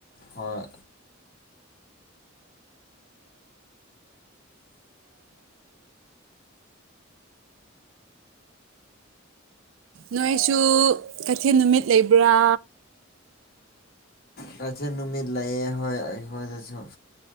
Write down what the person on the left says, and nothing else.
ꯍꯣꯏ
ꯀꯁ ꯅꯨꯃꯤꯠ ꯂꯩꯌꯦꯦ ꯍꯣꯏ ꯑꯩꯈꯣꯏꯗꯁꯨ